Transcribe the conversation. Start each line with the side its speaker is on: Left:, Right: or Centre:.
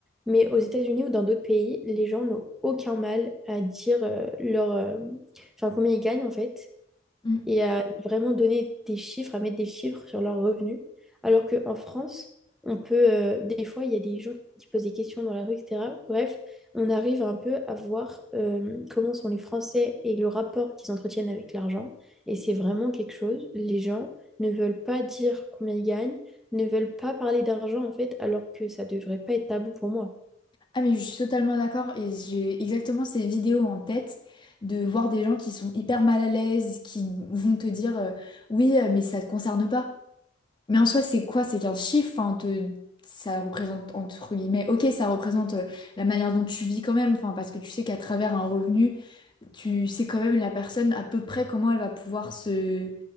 Centre: mais aux États-Unis ou dans d'autres pays, les gens n'ont aucun mal à dire euh, leur, euh, enfin combien ils gagnent en fait
Left: Mm.
Centre: et à vraiment donner des chiffres, à mettre des chiffres sur leurs revenus. Alors qu'en France, on peut, euh, des fois, il y a des gens qui posent des questions dans la rue, etc. Bref, on arrive un peu à voir euh, comment sont les Français et le rapport qu'ils entretiennent avec l'argent. Et c'est vraiment quelque chose. Les gens ne veulent pas dire combien ils gagnent, ne veulent pas parler d'argent, en fait, alors que ça devrait pas être tabou pour moi.
Left: Ah, mais je suis totalement d'accord et j'ai exactement ces vidéos en tête de voir des gens qui sont hyper mal à l'aise, qui vont te dire euh, oui, euh, mais ça te concerne pas. Mais en soi, c'est quoi? C'est qu'un chiffre, enfin, te- ça représente, entre guillemets, ok, ça représente euh, la manière dont tu vis quand même, enfin, parce que tu sais qu'à travers un revenu, tu sais quand même la personne à peu près comment elle va pouvoir se